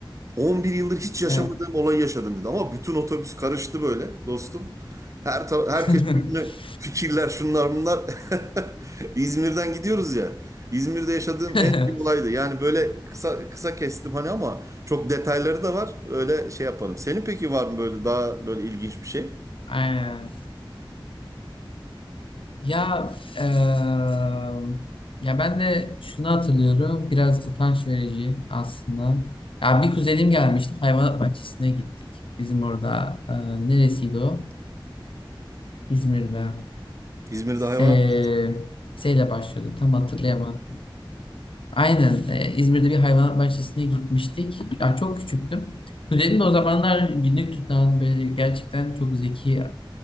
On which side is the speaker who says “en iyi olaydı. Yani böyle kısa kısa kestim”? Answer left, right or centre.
Right